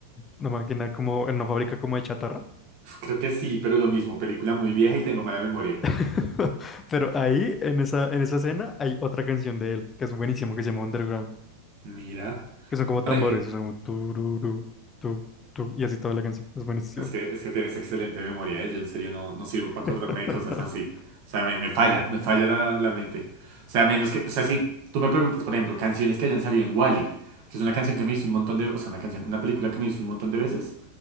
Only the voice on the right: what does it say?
Uf, Creo que sí, pero lo mismo. Película muy vieja y tengo mala memoria.
Mira.
No,
Eh,
Es que, es que tienes excelente memoria, ¿eh? Yo en serio no, no sirvo para acordarme
de cosas así. O sea, me, me falla, me falla la, la mente. O sea, menos que, o sea, si tú me preguntas, por ejemplo, canciones que hayan salido en Wall-E, que es una canción que me hizo un montón de, o sea, una canción, una película que me hizo un montón de veces,